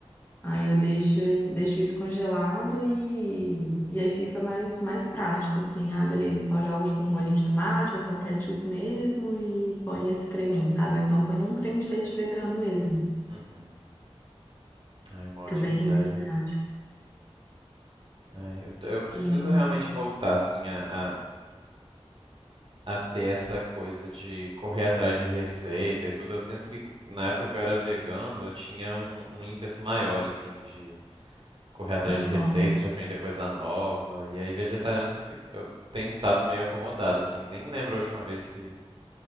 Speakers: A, on the left; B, on the right.
A: Aí eu deixo ele, deixo isso congelado e, e aí fica mais, mais prático, assim, ah, beleza, só jogo, tipo, um molhinho de tomate, ou então ketchup mesmo, e põe esse creminho, sabe? Ou então põe um creme de leite vegano mesmo.
B: uhum. Ai, uma
A: Fica
B: ótima
A: bem,
B: ideia.
A: bem prático.
B: Ai, eu, eu preciso
A: Sim,
B: realmente voltar, assim, a a ter essa coisa de correr atrás de receita e tudo. Eu sinto que na época que eu era vegano, eu tinha um, um ímpeto maior, assim, de correr atrás
A: aham,
B: de receita, de aprender coisa nova. E aí, vegetariano, eu fico- eu tenho estado meio acomodado, assim. Nem lembro a última vez que,